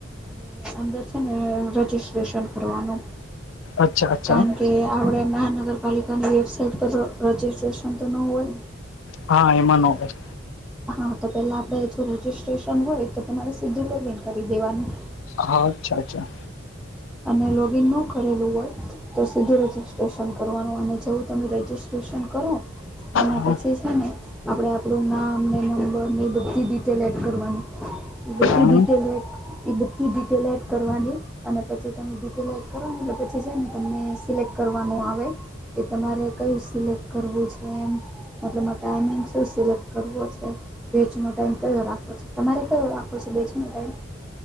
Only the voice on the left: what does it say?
અચ્છા અચ્છા.
હા એમાં નો હોય.
હા અચ્છા અચ્છા.
હા
હા